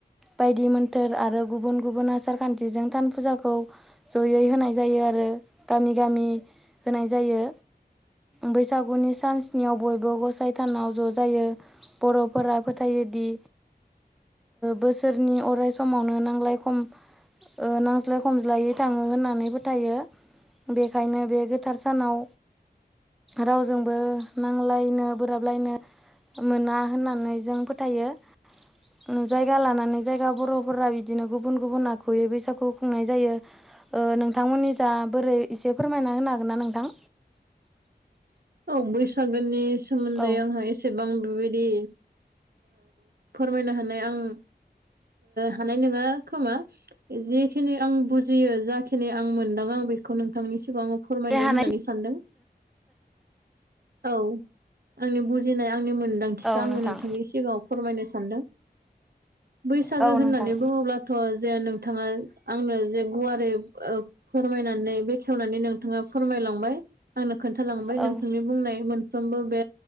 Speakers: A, in the centre; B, on the right (about 65°).
A: बायदि मोन्थोर आरो गुबुन-गुबुन आसार खान्थिजों थान फुजाखौ ज'यै होनाय जायो आरो गामि-गामि होनाय जायो बैसागुनि सानस्नियाव बयबो ग'साइ थानाव ज' जायो बर'फोरा फोथायोदि बोसोरनि अराय समावनो नांलाय खम नांज्लाय खमज्लायै थाङो होननानै फोथायो बेखायनो बे गोथार सानाव रावजोंबो नांलायनो बोराबलायनो मोना होननानै जों फोथायो ओ जायगा लानानै जायगा बर'फोरा बिदिनो गुबुन गुबुन आखुयै बैसागु खुंनाय जायो ओ नोंथांमोननि जा बोरै एसे फोरमायना होनो हागोन ना नोंथां
B: औ बैसागोनि सोमोन्दै
A: औ
B: आंहा एसे एसेबां बेबायदि फोरमायनो हानाय आं हानाय नङा खोमा जिखिनि आं बुजियो जाखिनि आं मोनदां आं बेखौ खौ नोंथांमोननि सिगांआव आङो फोरमायनो
A: दे हानाय
B: होननानै सानदों औ आंनि बुजिनाय आंनि मोन गोनांथिखौ
A: औ
B: आङो
A: नोंथां
B: नोंथांनि सिगाङाव फोरमायनो सानदों बैसागो
A: औ
B: होननानै
A: नोंथां
B: बुङोब्लाथ' जे नों थाङा आंनो जे गुवारै ओ फोरमायनानै बेखेवनानै नोंथाङा फोरमायलांबाय आंनो खोन्थ खालामांबाय
A: औ
B: नोंथांनि बुंनाय मोनफ्रोमबो बे